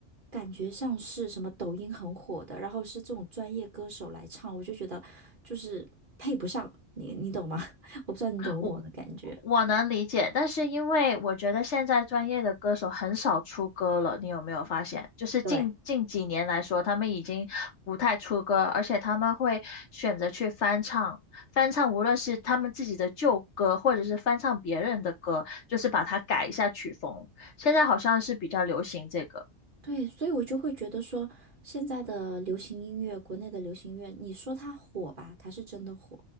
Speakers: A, on the right; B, on the left.
A: 感觉像是什么抖音很火的，然后是这种专业歌手来唱，我就觉得就是配不上你，你懂吗？<laughs> 我不知道你懂不懂我的感觉。
B: 我我能理解，但是因为我觉得现在专业的歌手很少出歌了，你有没有发现？就是近近几年来说，
A: 对，
B: 他们已经不太出歌，而且他们会选择去翻唱，翻唱无论是他们自己的旧歌，或者是翻唱别人的歌，就是把它改一下曲风。现在好像是比较流行这个。
A: 对，所以我就会觉得说，现在的流行音乐，国内的流行音乐，你说它火吧，它是真的火，